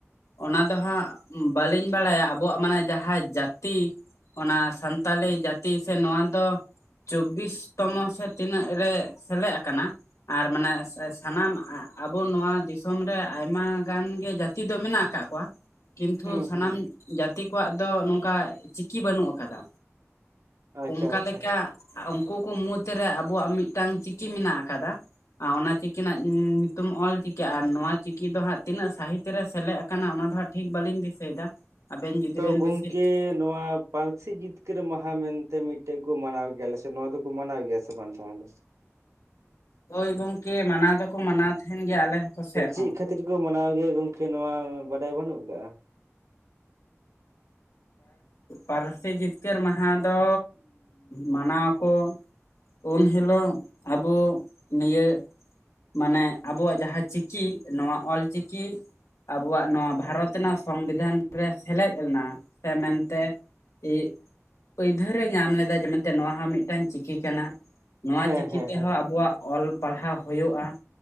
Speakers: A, on the left; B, on the right.
A: ᱚᱱᱟ ᱫᱚ ᱦᱟᱸᱜ ᱵᱟᱹᱞᱤᱧ ᱵᱟᱲᱟᱭᱟ ᱟᱵᱚᱣᱟᱜ ᱢᱟᱱᱮ ᱡᱟᱦᱟᱸ ᱡᱟᱹᱛᱤ ᱚᱱᱟ ᱥᱟᱱᱛᱟᱞᱤ ᱡᱟᱹᱛᱤ ᱥᱮ ᱱᱚᱣᱟ ᱫᱚ ᱪᱚᱵᱽᱵᱤᱥ ᱛᱚᱢᱚ ᱥᱮ ᱛᱤᱱᱟᱹᱜ ᱨᱮ ᱥᱮᱞᱮᱫ ᱟᱠᱟᱱᱟ ᱟᱨ ᱢᱟᱱᱮ ᱥᱟᱱᱟᱢ ᱟᱵᱚ ᱱᱚᱣᱟ ᱫᱤᱥᱚᱢ ᱨᱮ ᱟᱭᱢᱟ ᱜᱟᱱ ᱜᱮ ᱡᱟᱹᱛᱤ ᱫᱚ ᱢᱮᱱᱟᱜ ᱠᱟᱫ ᱠᱚᱣᱟ ᱠᱤᱱᱛᱩ
B: ᱦᱩᱸ
A: ᱥᱟᱱᱟᱢ
B: ᱦᱩᱸ ᱦᱩᱸ
A: ᱡᱟᱹᱛᱤ ᱠᱚᱣᱟᱜ ᱫᱚ ᱱᱚᱝᱠᱟ ᱪᱤᱠᱤ ᱵᱟᱹᱱᱩᱜ ᱟᱠᱟᱫᱟ
B: ᱟᱪᱪᱷᱟ
A: ᱚᱱᱠᱟ
B: ᱟᱪᱪᱷᱟ
A: ᱞᱮᱠᱟ ᱩᱱᱠᱩ ᱠᱩ ᱢᱩᱫᱽᱨᱮ ᱟᱵᱚᱣᱟᱜ ᱢᱤᱫᱴᱟᱝ ᱪᱤᱠᱤ ᱢᱮᱱᱟᱜ ᱟᱠᱟᱫᱟ ᱚᱱᱟ ᱪᱤᱠ ᱩᱱᱤᱠᱤᱱᱟᱜ ᱧᱩᱛᱩᱢ ᱚᱞ ᱪᱤᱠᱤ ᱟᱨ ᱱᱚᱣᱟ ᱪᱤᱠᱤ ᱫᱚ ᱦᱟᱸᱜ ᱛᱤᱱᱟᱹᱜ ᱥᱟᱹᱦᱤᱛ ᱨᱮ ᱥᱮᱞᱮᱫ ᱟᱠᱟᱱᱟ ᱚᱱᱟ ᱫᱚ ᱦᱟᱸᱜ ᱴᱷᱤᱠ ᱵᱟᱞᱤᱱ ᱫᱤᱥᱟᱹᱭᱮᱫᱟ ᱟᱵᱮᱱ ᱡᱩᱫᱤ
B: ᱛᱚ
A: ᱵᱮᱱ
B: ᱜᱚᱢᱠᱮ
A: ᱫᱤᱥᱟᱹᱭ ᱠᱷᱟᱱ᱾
B: ᱱᱚᱣᱟ ᱯᱟᱹᱨᱥᱤ ᱡᱤᱛᱠᱟᱹᱨ ᱢᱟᱦᱟ ᱢᱮᱱᱛᱮ ᱢᱤᱫᱴᱮᱡ ᱠᱚ ᱢᱟᱱᱟᱣ ᱜᱮᱭᱟᱞ ᱥᱮ ᱱᱚᱣᱟ ᱫᱚᱠᱚ ᱢᱟᱱᱟᱣ ᱜᱮᱭᱟ ᱥᱮ ᱵᱟᱝ ᱛᱟᱦᱮ ᱫᱚ
A: ᱦᱚᱠᱚᱭ ᱜᱚᱢᱠᱮ ᱢᱟᱱᱟᱣ ᱫᱚᱠᱚ ᱢᱟᱱᱟᱣ ᱛᱟᱦᱮᱱ ᱜᱮᱭᱟ ᱟᱞᱮ ᱠᱚᱥᱮᱫ
B: ᱛᱚ ᱪᱮᱫ
A: ᱦᱚᱸ
B: ᱠᱷᱟᱹᱛᱤᱨ ᱠᱚ ᱢᱟᱱᱟᱣ ᱜᱮᱭᱟ ᱜᱚᱝᱠᱮ ᱱᱚᱣᱟ ᱵᱟᱰᱟᱭ ᱵᱟᱹᱱᱩᱜ ᱠᱟᱜ-ᱟ
A: ᱯᱟᱹᱨᱥᱤ ᱡᱤᱛᱠᱟᱹᱨ ᱢᱟᱦᱟ ᱫᱚ ᱢᱟᱱᱟᱣᱟᱠᱚ ᱩᱱ ᱦᱤᱞᱳᱜ ᱟᱵᱚ ᱱᱤᱭᱟᱹ ᱢᱟᱱᱮ ᱟᱵᱚᱣᱟᱜ ᱡᱟᱦᱟᱸ ᱪᱤᱠᱤ ᱱᱚᱣᱟ ᱚᱞᱪᱤᱠᱤ ᱟᱵᱚᱣᱟᱜ ᱱᱚᱣᱟ ᱵᱷᱟᱨᱚᱛ ᱨᱮᱱᱟᱜ ᱥᱚᱝᱵᱤᱫᱷᱟᱱ ᱨᱮ ᱥᱮᱞᱮᱫ ᱞᱮᱱᱟ ᱥᱮ ᱢᱮᱱᱛᱮ ᱤ ᱟᱹᱭᱫᱷᱟᱹᱨ ᱮᱭ ᱧᱟᱢ ᱞᱮᱫᱟ ᱡᱮ ᱢᱮᱱᱛᱮ ᱱᱚᱣᱟ ᱦᱚᱸ ᱢᱤᱫ ᱴᱟᱝ ᱪᱤᱠᱤ ᱠᱟᱱᱟ ᱱᱚᱶᱟ
B: ᱦᱮᱸ
A: ᱪᱤᱠᱤ
B: ᱦᱮᱸ
A: ᱛᱮᱦᱚᱸ
B: ᱦᱮᱸ ᱦᱮᱸ
A: ᱟᱵᱚᱣᱟᱜ ᱚᱞ ᱯᱟᱲᱦᱟᱣ ᱦᱩᱭᱩᱜᱼᱟ